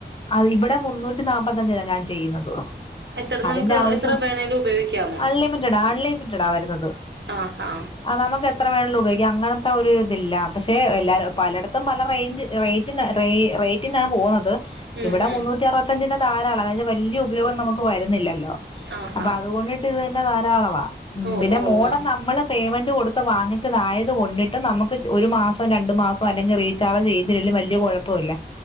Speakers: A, on the left; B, on the right.
A: അ ഇവിടെ മുന്നൂറ്റി നാപ്പത്തഞ്ച ഞാൻ ചെയ്യുന്നത്
B: എത്ര
A: അതിന്റെ
B: നമുക്ക്
A: ആവശ്യം
B: എത്ര വേണേലും ഉപയോഗിക്കാമോ
A: അൺലിമിറ്റഡാ അൺലിമിറ്റഡ ആ വരുന്നത്
B: ആഹാ
A: അത് നമുക്ക് എത്ര വേണ ഉപയോഗിക്കാം അങ്ങനെ ഒരു ഇതില്ല പക്ഷെ എല്ലാര പലയിടത്തും പല റ റേ റേറ്റിനാ പോകുന്നത്
B: ഉം
A: ഇവിടെ
B: ഉം
A: മുന്നൂറ്റി അറുപത്തഞ്ചിന്റെ താരള അ വലിയ ഉപയോഗം നമുക്ക് വരുന്നില്ലല്ലേ
B: ആഹാ
A: അ അതൊണ്ടിട്ട് ഇത് തന്നെ ധാരാള
B: ഓ
A: പിന്നെ
B: ഓ
A: മ
B: ആ
A: നമ്മൾ പ്മെന് ത്ത് വാങ്ങിച്ചതായത് കൊണ്ടിട്ട് നമുക്ക് ഒരു മാസം രണ്ടു മാസം അല്ലെങ്ക റീചാർജ്ചെയ്തില്ലേലും വലിയ കുഴപ്പമ ഇല്ല